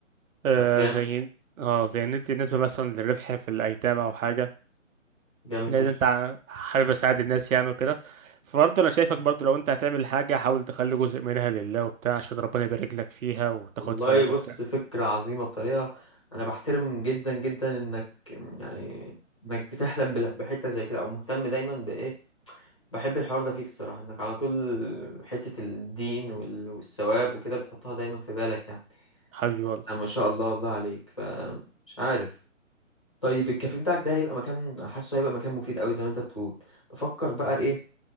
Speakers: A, on the right; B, on the left.
A: آه،
B: طب جامد
A: زي اه زي ندي نسبه مثلا للربح في الايتام او حاجه
B: جامد
A: لان
B: فشخ
A: انت ع- حابب اساعد الناس يعني وكده فبرضه انا شايفك برضه لو انت هتعمل حاجه حاول تخلي جزء منها لله وبتاع عشان ربنا يبارك لك فيها وتاخد
B: والله
A: ثواب
B: بص
A: وبتاع
B: فكرة عظيمة بطريقة انا بحترم جدا جدا انك يعني انك بتحلم بال- بحتة زي كده او مهتم دايما بايه بحب الحوار ده فيك الصراحة انك على طول حتة الدين
A: مم.
B: وال- والثواب وكده بتحطها دايما في بالك يعني
A: حبيبي والله
B: آه، ما شاء الله والله عليك فمش عارف طيب الكافيه بتاعك ده هيبقى مكان حاسه هيبقى مكان مفيد قوي زي ما انت بتقول بفكر بقى ايه